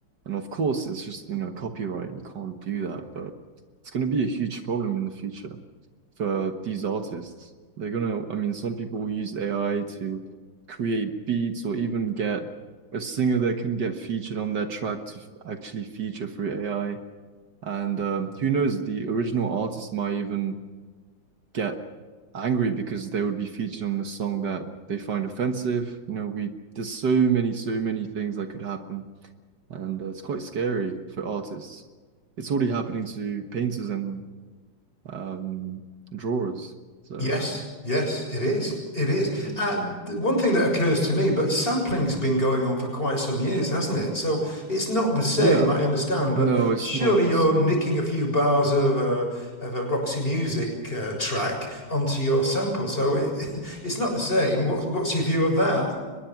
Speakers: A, on the right (about 65°); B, on the left (about 30°).
A: And of course, it's just, you know, copyright. You can't do that, but it's going to be a huge problem in the future for these artists. They're going to, I mean, some people will use AI to create beats or even get a singer that can get featured on their track to actually feature through AI and um, who knows, the original artist might even get angry because they would be featured on a song that they find offensive. You know, we there's so many, so many things that could happen, and uh, it's quite scary for artists. It's already happening to painters and um, drawers. So
B: Yes,
A: um,
B: yes, it is. It is.
A: mm,
B: Uh, th- one thing that occurs to me, but sampling's been going on for quite some years, hasn't it? So it's not the same,
A: yeah,
B: I understand, but
A: no, it's
B: surely
A: not
B: you're
A: the same.
B: nicking a few bars of a of a Roxy Music uh, track onto your sample, so it <laughs> it's not the same. What, what's your view of that?